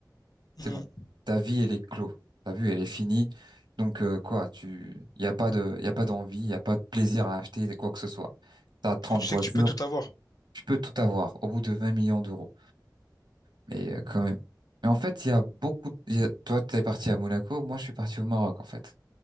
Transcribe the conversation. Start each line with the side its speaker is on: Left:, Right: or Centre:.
Left: Mm.
Right: C'est bon. Ta vie, elle est clos. Ta vie, elle est finie. Donc euh, quoi, tu, y a pas de, y a pas d'envie, y a pas de plaisir à acheter quoi que ce soit. T'as 30
Left: Parce que tu
Right: voitures,
Left: sais que tu peux tout avoir.
Right: tu peux tout avoir au bout de 20 millions d'euros. Mais euh, quand même. Mais en fait, il y a beaucoup. de- il y a- Toi, t'es parti à Monaco. Moi, je suis parti au Maroc en fait.